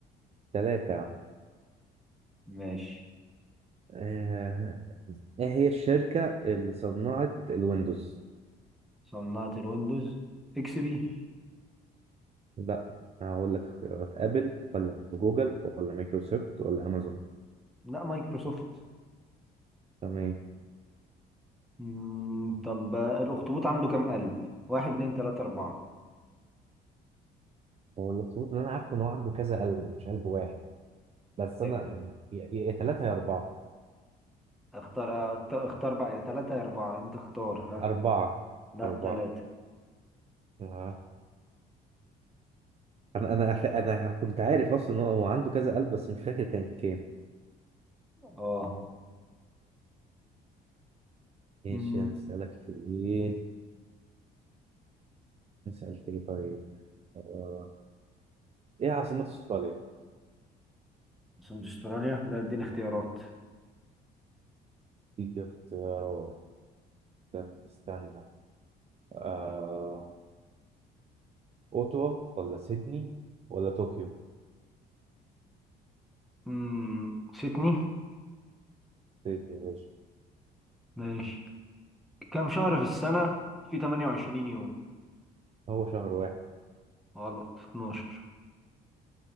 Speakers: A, on the right; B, in the centre.
A: ثلاثة يا عم
B: ماشي
A: آه، ايه هي الشركة اللي صنعت الويندوز
B: صناعة الويندوز اكس بي
A: لا هقول لك اختيارات ابل ولا جوجل ولا مايكروسوفت ولا امازون
B: لا مايكروسوفت
A: تمام.
B: مم، طب الاخطبوط عنده كم قلب واحد اتنين تلاتة اربعة
A: هو الاخطبوط اللي انا عارفه ان هو عنده كذا قلب مش قلب واحد بس انا
B: ايوه
A: يعني يا يا ثلاثه يا اربعه
B: اختار أخت- اختار بقى يا تلاتة يا اربعة انت اختار ها
A: اربعه
B: لا
A: اربعه
B: تلاتة
A: آه. انا انا ف- انا كنت عارف اصلا ان هو هو عنده كذا قلب بس مش فاكر كان كام
B: اه
A: ماشي
B: مم،
A: هنسالك في ايه نسال في ايه طيب آه. ايه عاصمه استراليا
B: سند استراليا لا اديني اختيارات
A: دي اختيارات استنى استنى. آه. اوتوا ولا سيدني ولا طوكيو
B: مم، سيدني
A: سيدني يا باشا
B: ماشي كم شهر في السنة في 28 يوم
A: هو شهر واحد
B: غلط 12